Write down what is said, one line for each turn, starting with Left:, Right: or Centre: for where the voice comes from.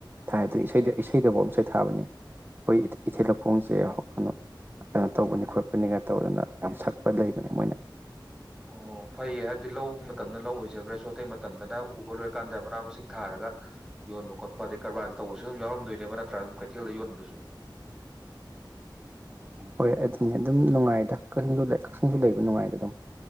Right: ꯊꯥꯏ ꯑꯗꯨꯗ ꯏꯁꯩꯗꯐꯧ ꯑꯃꯁ ꯏꯁꯩ ꯊꯥꯕꯅꯤ ꯑꯩꯈꯣꯏ ꯏꯊꯤ ꯂꯧꯈꯣꯡꯁꯦ ꯀꯩꯅꯣ ꯀꯩꯅꯣ ꯇꯧꯕꯅꯤ ꯈꯣꯠꯄꯅꯤꯒ ꯇꯧꯗꯅ ꯌꯥꯝ ꯁꯛꯄ ꯂꯩꯕꯅꯦ ꯃꯣꯏꯅ
Centre: ꯑꯣ ꯐꯩꯌꯦ ꯍꯥꯏꯕꯗꯤ ꯂꯧ ꯃꯇꯝꯗꯅ ꯂꯧ ꯑꯣꯏꯖꯈ꯭ꯔꯁꯨ ꯑꯇꯩ ꯃꯇꯝꯗꯅ ꯎꯕ ꯂꯣꯏꯔꯀꯥꯟꯗ ꯃꯅꯥ ꯃꯁꯤꯡ ꯊꯥꯔꯒ ꯌꯣꯟꯕ ꯈꯣꯠꯄ ꯑꯗꯩ ꯀꯔꯕꯥꯔꯒꯤ ꯇꯧꯕꯁꯨ ꯑꯗꯨꯝ ꯌꯥꯎꯔꯝꯗꯣꯏꯅꯦꯕ ꯅꯠꯇ꯭ꯔꯥ ꯑꯗꯨꯝ ꯀꯩꯊꯦꯜꯗ ꯌꯣꯟꯕꯗꯨꯁꯨ
Right: ꯍꯣꯏ ꯑꯗꯨꯅꯦ ꯑꯗꯨꯝ ꯅꯨꯡꯉꯥꯏꯗ ꯀꯛꯆꯤꯡꯁꯨ ꯀꯛꯆꯤꯡꯁꯨ ꯂꯩꯕ ꯅꯨꯡꯉꯥꯏꯗ ꯑꯗꯨꯝ